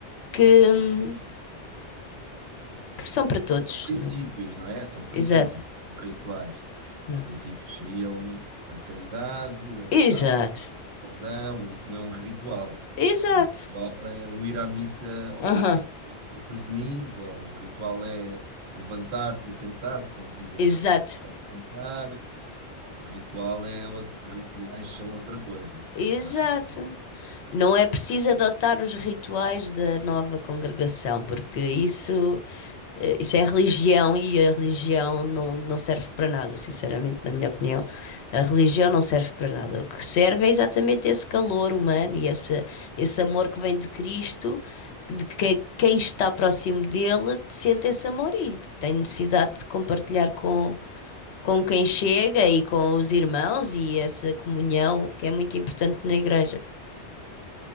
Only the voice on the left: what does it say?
que, hum, que são para todos.
Não.
Exato,
não.
Exato,
exato,
aham,
Exato,
exato.
Não é preciso adotar os rituais da nova congregação, porque isso Eh, Isso é religião e a religião não, não serve para nada, sinceramente, na minha opinião. A religião não serve para nada. O que serve é exatamente esse calor humano e esse, esse amor que vem de Cristo, de que quem está próximo dele sente esse amor e que tem necessidade de compartilhar com, com quem chega e com os irmãos e essa comunhão que é muito importante na igreja.